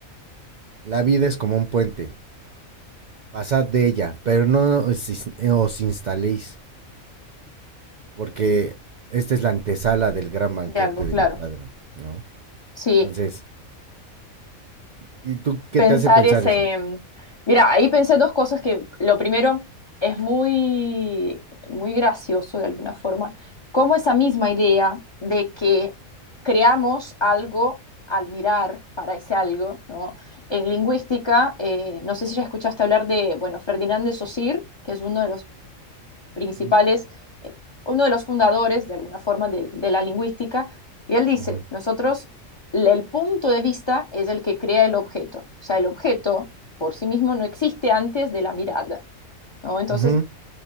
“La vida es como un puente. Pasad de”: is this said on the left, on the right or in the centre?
Right